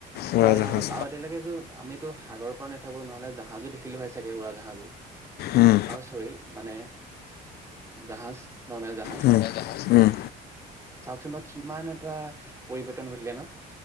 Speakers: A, on the left; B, on the right.
A: উৰাজাহাজ
B: বা আৰু এতিয়ালৈকে যো আমিতো সাগৰৰ পৰা নাথাকো নহ'লে জাহাজো দেখিলো হয় চাগে উৰা জাহাজো
A: উম,
B: আৰু চৰি। মানে জাহাজ। নৰ্মেল জাহাজ।
A: উম, উম।
B: চোন বা কিমান এটা পৰিৱৰ্তন ঘটিলে ন।